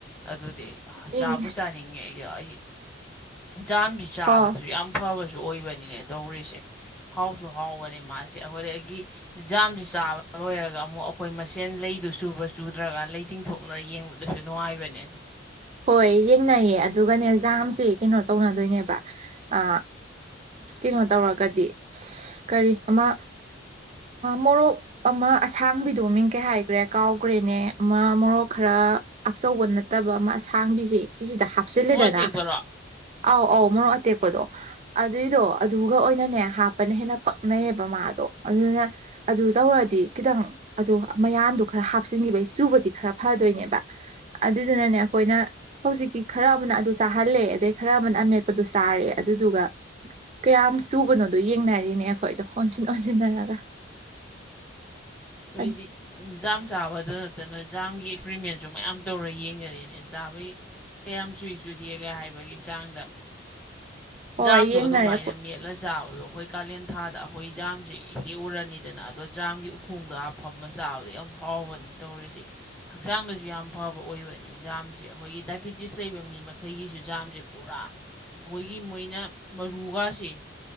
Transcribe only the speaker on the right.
ꯏꯪ
ꯍꯣ
ꯍꯣꯏ ꯌꯦꯡꯅꯩꯌꯦ ꯑꯗꯨꯒꯅꯦ ꯖꯥꯝꯁꯦ ꯀꯩꯅꯣ ꯇꯧꯅꯗꯣꯏꯅꯦꯕ ꯑ ꯀꯩꯅꯣ ꯇꯧꯔꯒꯗꯤ ꯀꯔꯤ ꯑꯃ ꯃꯣꯔꯣꯛ ꯑꯃ ꯑꯁꯥꯡꯕꯤꯗꯣ ꯃꯤꯡ ꯀꯩ ꯍꯥꯏꯈ꯭ꯔꯦ ꯀꯥꯎꯈ꯭ꯔꯦꯅꯦ ꯑꯃ ꯃꯣꯔꯣꯛ ꯈꯔ ꯑꯆꯧꯕ ꯅꯠꯇꯕ ꯑꯃ ꯊꯥꯡꯕꯤꯁꯦ ꯁꯤꯁꯤꯗ ꯍꯥꯞꯆꯤꯜꯂꯦꯗꯅ
ꯑꯧ ꯑꯧ ꯃꯔꯣꯛ ꯑꯇꯦꯛꯞ ꯗꯣ ꯑꯗꯨꯏꯗꯣ ꯑꯗꯨꯒ ꯑꯣꯏꯅꯅꯦ ꯍꯥꯞꯄꯅ ꯍꯦꯟꯅ ꯄꯛꯅꯩꯌꯦꯕ ꯃꯥꯗꯣ ꯑꯗꯨꯗꯨꯅ ꯑꯗꯨ ꯇꯧꯔꯛꯗꯤ ꯈꯤꯇꯪ ꯑꯗꯣ ꯃꯌꯥꯟꯗꯣ ꯈꯔ ꯍꯥꯞꯆꯤꯟꯈꯤꯕ ꯑꯩ ꯆꯨꯕꯗꯤ ꯈꯔ ꯐꯗꯣꯏꯅꯦꯕ ꯑꯗꯨꯗꯨꯅꯅꯦ ꯑꯩꯈꯣꯏꯅ ꯍꯧꯖꯤꯛꯀꯤ ꯈꯔ ꯑꯃꯅ ꯑꯗꯨ ꯆꯥꯍꯜꯂꯦ ꯑꯗꯩ ꯈꯔ ꯑꯃꯅ ꯑꯃꯦꯠꯄꯗꯨ ꯆꯥꯔꯦ ꯑꯗꯨꯗꯨꯒ ꯀꯌꯥꯝ ꯁꯨꯕꯅꯣꯗꯣ ꯌꯦꯡꯅꯔꯤꯅꯦ ꯑꯩꯈꯣꯏꯗꯣ ꯑꯣꯟꯁꯤꯟ ꯑꯣꯟꯁꯤꯟꯅꯔꯒ
ꯑꯠ-
ꯍꯣꯏ
ꯌꯦꯡꯅꯔꯦ
ꯑꯩꯈꯣꯏ